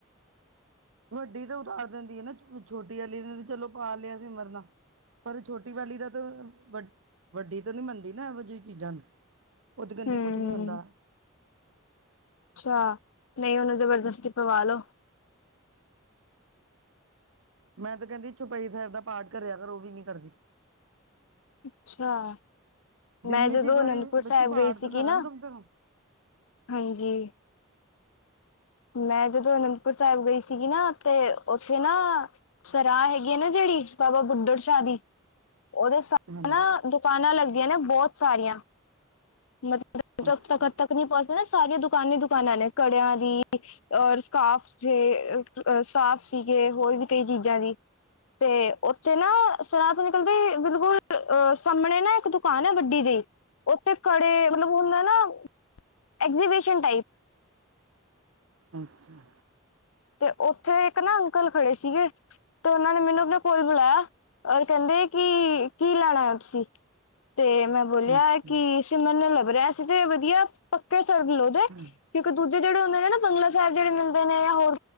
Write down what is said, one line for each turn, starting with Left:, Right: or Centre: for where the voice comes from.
Right: ਵੱਡੀ ਤਾਂ ਉਤਾਰ ਦਿੰਦੀ ਏ ਨਾ ਛੋਟੀ ਆਲੀ ਨੇ ਚਲੋ ਪਾ ਲਿਆ ਸਿਮਰਨਾ ਪਰ ਛੋਟੀ ਵਾਲੀ ਦਾ ਤਾਂ ਵ ਵੱਡੀ ਤੇ ਨੀ ਮੰਨਦੀ ਨਾ ਇਹੋ ਜਿਹੀ ਚੀਜ਼ਾਂ ਨੂੰ ਉਹ ਤੇ ਕਹਿੰਦੀ
Left: ਹੂੰ
Right: ਕੁਛ ਨੀ ਹੁੰਦਾ।
Left: ਅੱਛਾ, ਨਈ ਉਨੂ ਜਬਰਦਸਤੀ ਪਵਾ ਲੋੋ।
Right: ਮੈਂ ਤੇ ਕਹਿੰਦੀ ਚੁਪਈ ਸੈਬ ਦਾ ਪਾਠ ਕਰਿਆ ਕਰ ਉਹ ਵੀ ਨੀ ਕਰਦੀ।
Left: ਅੱਛਾ,
Right: ਦਿਨ
Left: ਮੈਂ
Right: ਵਿੱਚ
Left: ਜਦੋਂ
Right: ਇੱਕ ਵਾਰੀ
Left: ਅਨੰਦਪੁਰ ਸੈਬ
Right: ਬੱਚੇ ਪਾਠ
Left: ਗਈ
Right: ਤਾਂ
Left: ਸੀਗੀ
Right: ਕਰਨ
Left: ਨਾ
Right: ਕਮ ਸੇ ਕਮ
Left: ਹਾਂਜੀ। ਮੈਂ ਜਦੋਂ ਅਨੰਦਪੁਰ ਸੇਹਬ ਗਈ ਸੀਗੀ ਨਾ ਤੇ ਉੱਥੇ ਨਾ ਸਰਾਹ ਹੈਗੀ ਹੈ ਨਾ ਜੇੜੀ ਬਾਬਾ ਬੁੱਡੜ ਸ਼ਾਹ ਦੀ ਓਦੇ ਸਾ
Right: ਹਾਂਜੀ
Left: ਹਨਾ ਦੁਕਾਨਾਂ ਲੱਗਦੀਆਂ ਨੇ ਬੋਤ ਸਾਰੀਆਂ ਮਤਲਬ
Right: ਅੱਛਾ
Left: ਤ ਹੱਦ ਤੱਕ ਨੀ ਪੋ ਸਾਰੀਆਂ ਦੁਕਾਨਾ ਹੀ ਦੁਕਾਨਾਂ ਨੇ ਕੜਿਆਂ ਦੀ। ਔਰ ਸਕਾਫ ਸੇ ਸਾਫ ਸੀਗੇ ਹੋਰ ਵੀ ਕਈ ਚੀਜ਼ਾਂ ਦੀ। ਤੇ ਉੱਥੇ ਨਾ ਸਰਾ ਤੋ ਨਿਕਲਦੇ ਈ ਬਿਲਕੁਲ ਅਹ ਸਾਮਣੇ ਨਾ ਇੱਕ ਦ ਕਾਨ ਐ ਵੱਡੀ ਜੇਈ ਉੱਥੇ ਕੜੇ ਮਤਲਬ ਹੁੰਦਾ ਨਾ ਐਗਜੀਬਿਸ਼ਨ ਟਾਈਪ।
Right: ਅੱਛਾ।
Left: ਤੇ ਉੱਥੇ ਇੱਕ ਨਾ ਅੰਕਲ ਖੜੇ ਸੀਗੇ। ਤੇ ਉਨਾਂ ਨੇ ਮੈਨੂੰ ਆਪਣੇ ਕੋਲ ਬੁਲਾਇਆ ਔਰ ਕਹਿੰਦੇ ਕਿ ਕੀ ਲੈਣ ਆਏ ਔ ਤੁਸੀਂ? ਤੇ ਮੈਂ ਬੋਲਿਆ
Right: ਅੱਛਾ
Left: ਕਿ ਸਿਮਰਨਾ ਲੱਭ ਰੇ ਆ ਅਸੀ ਤੇ ਵਧੀਆ ਪੱਕੇ ਸਰਬ ਲੋ ਦੇ।
Right: ਹਾਂ
Left: ਕਿਉਂਕਿ ਦੂਜੇ ਜੇੜੇ ਹੁੰਦੇ ਨੇ ਨਾ ਬੰਗਲਾ ਸੈਬ ਜੇੜੇ ਮਿਲਦੇ ਨੇ ਯਾ ਹੋਰ